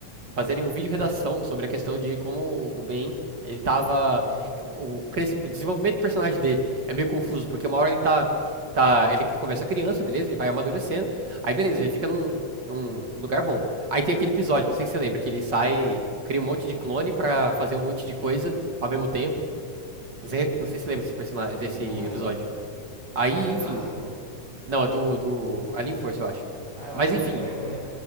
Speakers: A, on the right; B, on the right.
A: fazerem um vídeo redação sobre a questão de como o Ben, ele tava. O, cresci- o desenvolvimento do personagem dele é meio confuso, porque uma hora ele tá. tá ele começa criança, beleza? Ele vai amadurecendo. Aí, beleza, ele fica num, num lugar bom. Aí tem aquele episódio, não sei se você lembra, que ele sai, cria um monte de clone pra fazer um monte de coisa ao mesmo tempo. Zé- Não sei se você lembra desse personagem, desse
B: Não lembro.
A: episódio. Aí,
B: É do
A: enfim.
B: clássico?
A: Não, é do, do Alien Force, eu acho.
B: Ah,
A: Mas
B: aquele
A: enfim,
B: Eco Eco, né?